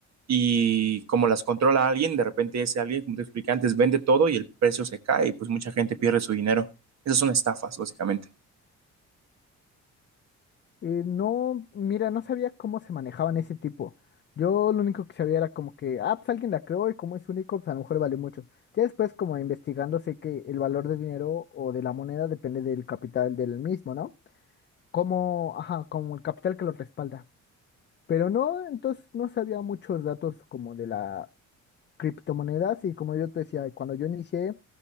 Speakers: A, on the right; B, on the left.
A: y como las controla alguien, de repente ese alguien, como te expliqué antes, vende todo y el precio se cae y pues mucha gente pierde su dinero. Esas son estafas, básicamente.
B: Eh, no, mira, no sabía cómo se manejaban ese tipo. Yo lo único que sabía era como que, ah, pues alguien la creó y como es único, pues a lo mejor vale mucho. Ya después, como investigando, sé que el valor de dinero o de la moneda depende del capital del mismo, ¿no? como, ajá, como el capital que lo respalda. Pero no, entonces no sabía muchos datos como de la criptomonedas y como yo te decía, cuando yo inicié